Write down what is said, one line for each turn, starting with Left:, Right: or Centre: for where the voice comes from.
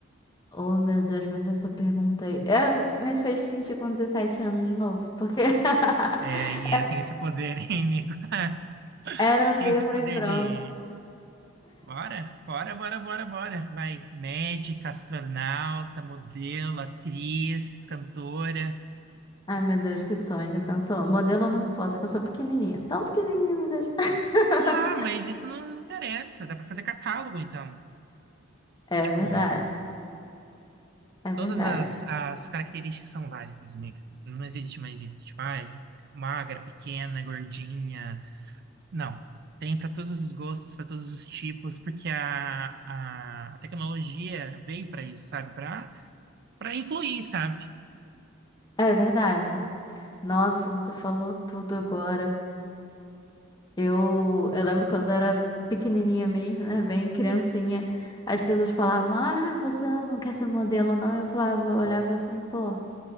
Left: Oh, meu Deus, mas essa pergunta aí. Eu, me fez sentir com 17 anos de novo, porque <laughs>
Right: É, aí eu tenho esse poder, hein, amigo? <laughs>
Left: era
Right: Tenho
Left: um livro
Right: esse poder
Left: em branco.
Right: de Bora, bora, bora, bora, bora. Vai, médica, astronauta, modelo, atriz, cantora.
Left: Ai, meu Deus, que sonho, já pensou? Modelo eu não posso, porque eu sou pequenininha. Tão pequenininha, meu Deus. <laughs>
Right: Ah, mas isso não interessa. Dá pra fazer catálogo, então.
Left: É
Right: Tipo,
Left: verdade, é verdade.
Right: todas as, as características são válidas, amiga. Não existe mais isso. Tipo, ai, magra, pequena, gordinha. Não. Tem para todos os gostos, para todos os tipos, porque a, a, a tecnologia veio para isso, sabe? Para para incluir, sabe?
Left: É verdade. Nossa, você falou tudo agora. Eu, eu lembro quando era pequenininha mesmo, né? Bem criancinha, as pessoas falavam: Ah, você não quer ser modelo, não? Eu falava, eu olhava assim, pô,